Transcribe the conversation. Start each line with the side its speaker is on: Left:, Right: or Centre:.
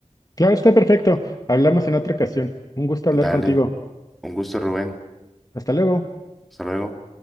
Left: Claro, está perfecto. Hablamos en otra ocasión. Un gusto hablar
Centre: dale,
Left: contigo.
Centre: un gusto, Rubén.
Left: Hasta luego.
Centre: Hasta luego.